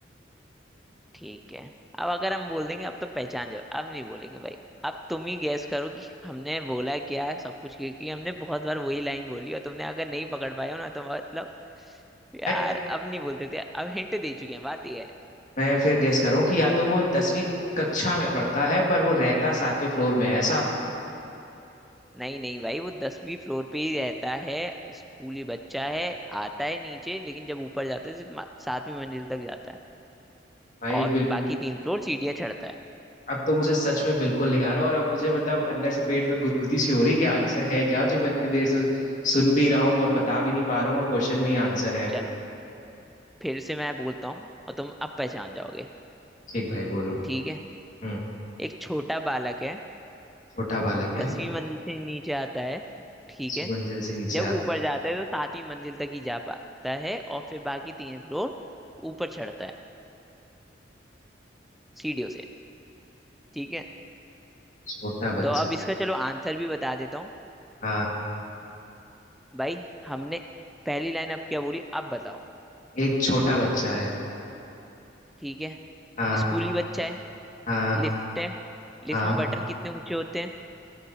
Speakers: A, in the centre; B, on the left (about 45°).
A: ठीक है अब अगर हम बोल देंगे अब तो पहचान जाओ अब नहीं बोलेंगे भाई अब तुम ही गैस करो कि हमने बोला क्या सब कुछ क्योंकि हमने बहुत बार वही लाइन बोली और तुमने अगर नहीं पकड़ पाए हो ना तो मतलब यार
B: भाई,
A: अब नहीं बोल सकते अब हिंट दे चुके हैं बात ये है
B: मैं फिर गेस करूं कि या तो वो दसवीं कक्षा में पढ़ता है पर वो रहता सातवें फ्लोर में है, ऐसा
A: नहीं नहीं भाई वो दसवीं फ्लोर पे ही रहता है स्कूली बच्चा है आता है नीचे लेकिन जब ऊपर जाता है सिर्फ मा- सातवीं मंजिल तक जाता है
B: भाई
A: और बाकी तीन फ्लोर सीढ़ियां चढ़ता है
B: अब तो मुझे सच में बिल्कुल नहीं आ रहा और अब मुझे मतलब अंदर से पेट में गुदगुदी सी हो रही कि आंसर है क्या जो मैं इतनी देर से सुन भी रहा हूँ और बता भी नहीं पा रहा हूँ और क्वेश्चन में ही आंसर है
A: चलो फिर से मैं बोलता हूँ और तुम अब पहचान जाओगे
B: ठीक भाई बोलो
A: ठीक है
B: हम्म
A: एक छोटा बालक है
B: छोटा बालक
A: दसवीं
B: है
A: मंजिल से नीचे आता है ठीक
B: दसवीं
A: है
B: मंजिल से नीचे
A: जब
B: आता
A: ऊपर जाता है तो सातवीं मंजिल तक ही जा पाता है और फिर बाकी तीन फ्लोर ऊपर चढ़ता है सीढ़ियों से ठीक है
B: छोटा बच्चा
A: तो अब इसका चलो आंसर भी बता देता हूँ
B: हाँ
A: भाई हमने पहली लाइन अब क्या बोली अब बताओ
B: एक छोटा बच्चा है
A: ठीक है
B: हाँ
A: स्कूली बच्चा है
B: हाँ
A: लिफ्ट है लिफ्ट
B: हाँ
A: में बटन कितने ऊंचे होते हैं